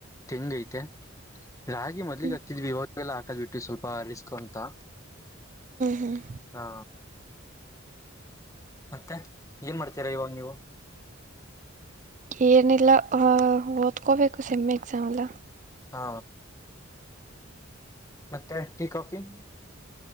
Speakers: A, on the left; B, on the right.
A: ತೆಂಗು ಐತೆ ರಾಗಿ ಮದ್ಲಿಗಗ್ತಿ
B: ಹ್ಮ್
A: ವಿವಾಗಲ್ಲ ಅದು ಬಿಟ್ಟು ಸ್ವಲ್ಪ ರಿಸ್ಕ್ ಅಂತ <unintelligible>
B: ಹ್ಮ್
A: ಹಾ ಮತ್ತೆ ಏನ್ ಮಾಡ್ತೀರಾ ಇವಾಗ ನೀವು
B: ಏನಿಲ್ಲ ಅ ಓದ್ಕೋಬೇಕು ಸೆಮ್ಮಿ ಎಕ್ಸಾಮ್ ಎಲ್ಲ
A: ಹಾ ಮತ್ತೆ ಟೀ ಕಾಫಿ <unintelligible>